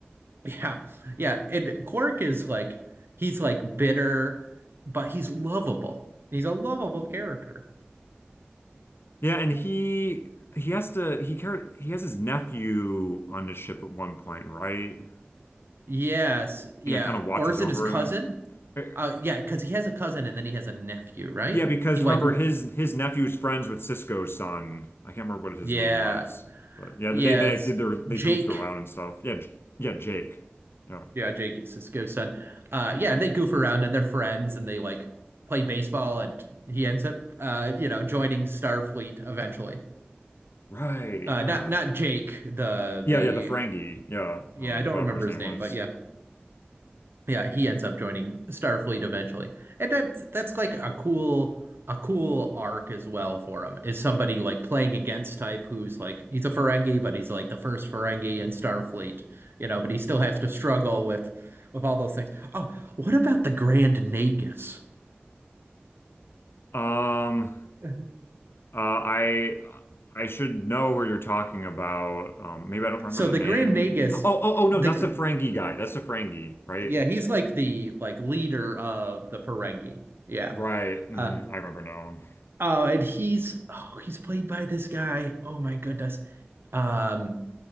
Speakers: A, on the right; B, on the left.
A: yeah, yeah, and Quark is like he's like bitter, but he's lovable. He's a lovable character.
B: yeah and he he has to he care he has his nephew on the ship at one point right
A: Yes, yeah.
B: yeah kind of watches
A: Or is
B: over
A: it his cousin?
B: him Eh,
A: Uh, yeah, because he has a cousin and then he has a nephew, right?
B: Yeah, because
A: He like,
B: remember
A: w-
B: his his nephew's friends with Cisco's son. I can't remember what his
A: yeah,
B: name was, but yeah,
A: yeah.
B: they they
A: It's
B: did their they
A: Jake.
B: goofed around and stuff. Yeah, J- yeah, Jake. Yeah,
A: Yeah, Jake is Cisco's son. Uh, yeah, and they goof around and they're friends and they like play baseball and he ends up, uh, you know, joining Starfleet eventually.
B: right.
A: Uh,
B: Yeah,
A: not not Jake, the
B: yeah,
A: the
B: yeah. The Ferengi. Yeah,
A: yeah,
B: um,
A: I don't
B: whatever
A: remember
B: his
A: his
B: name
A: name,
B: was.
A: but yeah. Yeah, he ends up joining Starfleet eventually. And that's that's like a cool a cool arc as well for him. Is somebody like playing against type who's like he's a Ferengi, but he's like the first Ferengi in Starfleet, you know, but he still has to struggle with with all those things. Oh, what about the Grand Nagus?
B: Um,
A: <laughs>
B: uh, I I should know who you're talking about. Um, maybe I don't remember
A: So
B: the
A: the
B: name.
A: Grand Nagus,
B: Oh, oh, oh no,
A: the
B: that's the Ferengi guy. That's the Ferengi, right?
A: yeah, he's like the like leader of the Ferengi. Yeah.
B: Right. hmm
A: Uh
B: I remember now.
A: oh, and he's oh, he's played by this guy. Oh my goodness. Um,